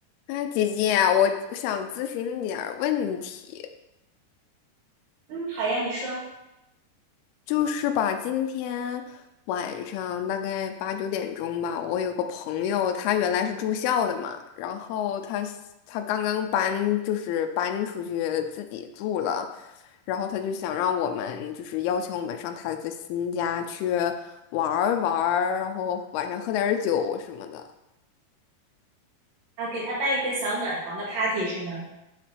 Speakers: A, on the left; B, on the right.
A: 哎，姐姐啊，我想咨询你点儿问题，
B: 嗯，好呀，你说
A: 就是吧，今天晚上大概八九点钟吧，我有个朋友，他原来是住校的嘛，然后他他刚刚搬，就是搬出去自己住了，然后他就想让我们，就是邀请我们上他的新家去玩儿玩儿，然后晚上喝点儿酒什么的。
B: 啊，给他办一个小暖房的 party 是吗？